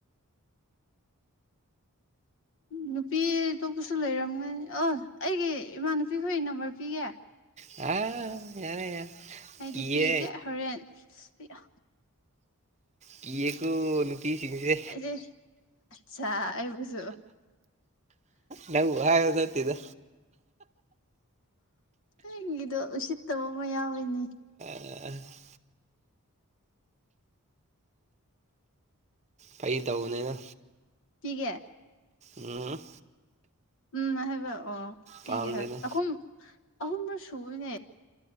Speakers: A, on the left (about 60°); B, on the right (about 30°).
A: ꯅꯨꯄꯤ ꯑꯇꯣꯞꯄꯁꯨ ꯂꯩꯔꯝꯒꯅꯤ ꯑꯣ ꯑꯩꯒꯤ ꯏꯃꯥꯟꯅꯕꯤ ꯈꯣꯏꯒꯤ ꯅꯝꯕꯔ ꯄꯤꯒꯦ
B: <inaudible> ꯌꯥꯔꯦ ꯌꯥꯔꯦ
A: ꯑꯩꯗꯤ
B: ꯀꯤꯌꯦ
A: ꯄꯤꯒꯦ ꯍꯣꯔꯦꯟ ꯏꯁ ꯑꯌꯥ
B: ꯀꯤꯌꯦꯀꯣ ꯅꯨꯄꯤ ꯁꯤꯡꯁꯦ
A: ꯑꯩꯗꯤ ꯑꯠꯆꯥ ꯑꯩꯕꯨꯁꯨ
B: ꯅꯪꯕꯨ ꯍꯥꯏꯕ ꯅꯠꯇꯦꯗ
A: ꯑꯩꯒꯤꯗꯣ ꯎꯁꯤꯠꯇꯕꯃ ꯌꯥꯎꯋꯤꯅꯦ
B: <unintelligible> ꯐꯒꯤ ꯇꯧꯕꯅꯤꯗ
A: ꯄꯤꯒꯦ
B: ꯎꯝ
A: ꯎꯝ ꯍꯥꯏꯕꯔꯣ ꯑ ꯄꯤꯒꯦ
B: ꯄꯥꯝꯗꯦꯗ
A: ꯍꯣꯏ ꯑꯍꯨꯝ ꯑꯍꯨꯝꯔꯛ ꯁꯨꯕꯅꯦ